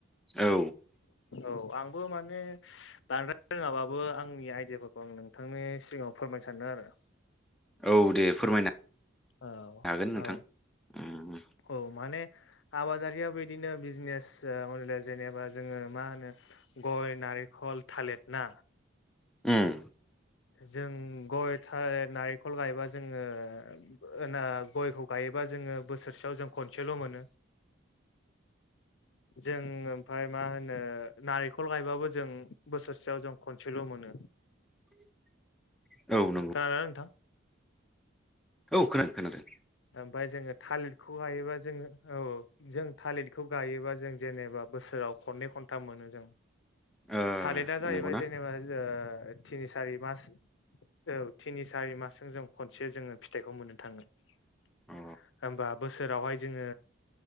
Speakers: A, in the centre; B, on the left.
A: औ
B: औ आंबो माने बां रोङाबाबो आंनि आइदियाफोरखौ आं नोंथांनि सिगाङाव फोरमायनो सानो आरो
A: औ दे फोरमायनो
B: औ
A: हागोन नोंथां
B: औ
A: उम
B: औ माने आबादारियाव बिदिनो बिजनेस जेनेबा जोङो मा होनो गय ना नारिेंखल थालिर ना
A: उम
B: जों गय नारेंखल गायबा जों जोङो होना गायोब्ला जों बोसोर सेयाव सेल' मोनो जों ओमफ्राय मा होनो नारेंखल गायबाबो जों बोसोरसेयाव जों खनसेल' मोनो
A: <inaudible> औ नंगौ
B: <unintelligible> नोंथां
A: औ खोनादों खोनादों
B: ओमफ्राय जोङो थालिरखौ गायोबा जोङो औ जों थालिरखौ गायोबा जों जेनेबा बोसोराव खनै खन्थाम मोनो जों
A: ओ
B: थालेरा जाहैबाय
A: नंगौना
B: जेनेबा ओ थिनि सारि मास औ थिनि सारि मासजों जों खनसे जोङो फिथाइखौ मोननो थाङो होमबा
A: अ
B: बोसोरावहाय जोङो